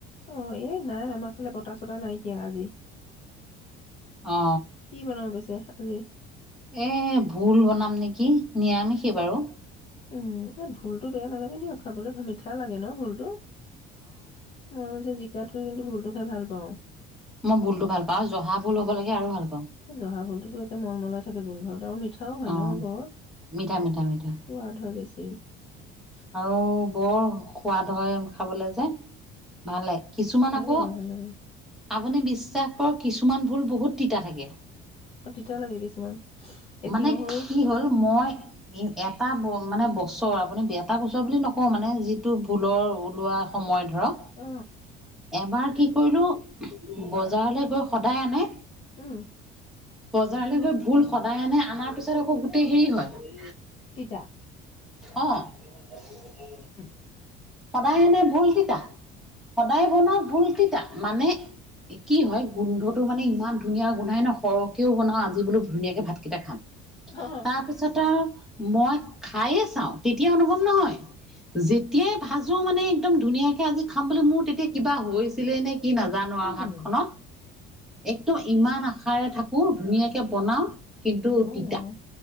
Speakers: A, on the left; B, in the centre.
A: অ' এ নাই আমাৰ ফালে বতাহ চতাহ নাইকিয়া আজি।
B: অ
A: কি বনাব পিছে? আজি?
B: এ ভুল বনাম নেকি নিয়ামিষি বাৰু।
A: উম, এ ভুলতো বেয়া নালাগে দিয় খাবলৈ মিঠা লাগে ন ভুলতো। অ' অৱশ্যে জিকাটোত কৈ কিন্তু ভুলটো খাই ভাল পাওঁ।
B: মই ভুলতো ভাল পাওঁ আৰু জহা ভুল হ'ব লাগে আৰু ভাল পাওঁ
A: জহা ভুলটো মলমলাই থাক গোধ আৰু। পিঠাও হয়
B: অ
A: ন ঘৰ
B: মিঠা মিঠা মিঠা
A: সোৱাদ হয় বেছি। উ <unintelligible>
B: আৰু বৰ সোৱাদ হয় খাবলৈ যে ভাল লাগে কিছুমান
A: ভাল
B: আকৌ
A: লাগে ভাল লাগে
B: আপুনি বিশ্বাস কৰক কিছুমান ভুল বহুত তিতা থাকে
A: অ তিতা লাগে কিছুমান এই
B: মানে
A: তিয়হৰো
B: কি হ'ল মই এটা বস্ত মানে বছৰ আপুনি বেয়া তাৰ পাছৰ বুলি নকওঁ মানে যিটো ভুলৰ ওলোৱা সময়ত ধৰ
A: অ
B: এবাৰ কি কৰিলো বজাৰলৈ গৈ সদায় আনে
A: উম
B: বজাৰলৈ গৈ ভুল সদায় আনে আনাৰ পিছত আকৌ গোটেই হেৰি হয়
A: তিতা
B: অ <unintelligible>
A: <unintelligible>
B: সদায় এনে ভুল তিতা' সদায় বনাও ভুল তিতা মানে কি হয় গোন্ধটো মানে ইমান ধুনীয়া গোন্ধাই ন সৰহকেও বনাওঁ আজ জি বোলো ধুনীয়াকে ভাতকেইটা খাম
A: অ
B: তাপিছতে আও মই খাইয়ে চাওঁ তে তেতিয়া অনুভৱ নহয় যেতিয়াই ভাজো মানে একদম ধুনীয়াকে আজি খাম বুলি মোৰ তেতিয়া কিবা হৈছিলে নে কি নাজানো
A: উম
B: আও হাতখনত এক ত ইমান আশাৰে থাকো ধুনীয়াকে বনাও। কিন্তু
A: নহয়
B: তিতা
A: নাই